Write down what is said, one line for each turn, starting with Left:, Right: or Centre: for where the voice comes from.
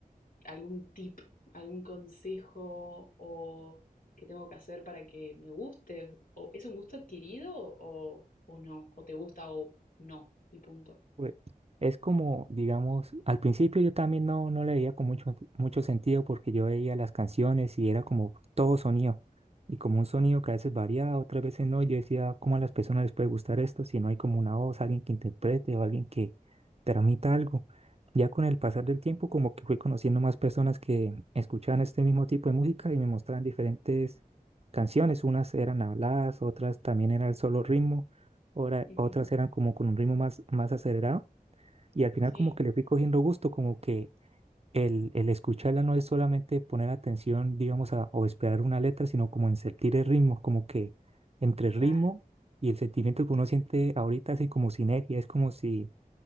Left: algún tip, algún consejo o qué tengo que hacer para que me guste? ¿O es un gusto adquirido o, o no? ¿O te gusta o no? Y punto.
Right: Pues, es como, digamos, al principio yo también no, no le veía con mucho, mucho sentido porque yo veía las canciones y era como todo sonido. Y como un sonido que a veces variaba, otras veces no. y Yo decía, ¿cómo a las personas les puede gustar esto si no hay como una voz, alguien que interprete o alguien que transmita algo? Ya con el pasar del tiempo, como que fui conociendo más personas que escuchaban este mismo tipo de música y me mostraban diferentes canciones. Unas eran habladas, otras también era el solo ritmo, ora-
Left: Ujú.
Right: otras eran como con un ritmo más, más acelerado. Y al final
Left: Sí,
Right: como que le fui cogiendo gusto, como que el, el escucharla no es solamente poner atención, digamos, a, o esperar una letra, sino como en sentir el ritmo, como que entre el
Left: claro,
Right: ritmo y el sentimiento que uno siente ahorita, así como sinergia, es como si